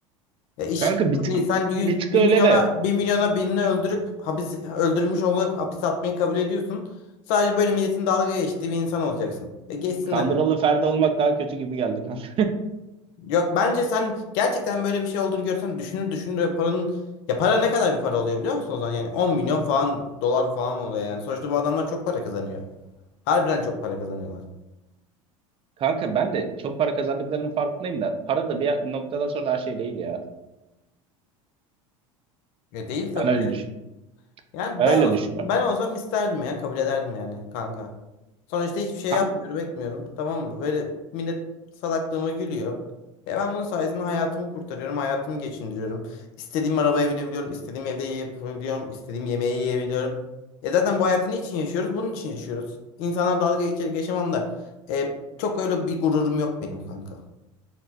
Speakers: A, on the left (about 60°); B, on the right (about 35°).
A: Ya iş
B: Kanka
A: hani
B: bir tık,
A: sen 100,
B: bir tık
A: 1
B: öyle
A: milyona
B: de
A: 1 milyona birini öldürüp hapis öldürmüş olarak hapis atmayı kabul ediyorsun. Sadece böyle milletin dalga geçtiği bir insan olacaksın. Ya geçsinler.
B: kandıralı Ferdi olmak daha kötü gibi geldi kanka.
A: Yok bence sen gerçekten böyle bir şey olduğunu görsen düşünür düşünür ya paranın ya para ne kadar bir para oluyor biliyor musun o zaman? Yani 10 milyon falan dolar falan oluyor yani. Sonuçta bu adamlar çok para kazanıyor. Harbiden çok para kazanıyorlar.
B: <laughs> Kanka ben de çok para kazandıklarının farkındayım da para da bir noktadan sonra her şey değil ya.
A: Ya değil tabii
B: Ben öyle
A: de.
B: düşün.
A: Yani
B: Ben
A: ben
B: öyle
A: olsam,
B: düşünüyorum.
A: ben olsam isterdim ya kabul ederdim yani kanka. Sonuçta hiçbir şey
B: Kanka,
A: yapmıyorum etmiyorum tamam mı? Böyle millet salaklığıma gülüyor. Ya ben bunun sayesinde hayatımı kurtarıyorum, hayatımı geçindiriyorum. İstediğim arabaya binebiliyorum, istediğim evde yiyebiliyorum, istediğim yemeği yiyebiliyorum. E zaten bu hayatı niçin yaşıyoruz? Bunun için yaşıyoruz. İnsanlar dalga geçerek yaşamam da e, çok öyle bir gururum yok benim kanka.